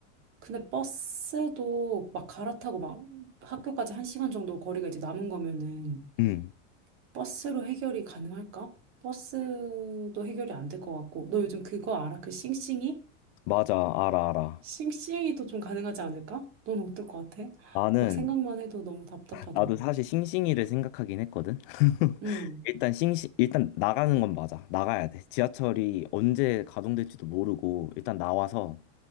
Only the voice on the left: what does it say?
음.
맞아, 알아, 알아.
나는
나도 사실 싱싱이를 생각하긴 했거든. <laughs>
일단 싱싱 일단 나가는 건 맞아. 나가야 돼. 지하철이 언제 가동될지도 모르고 일단 나와서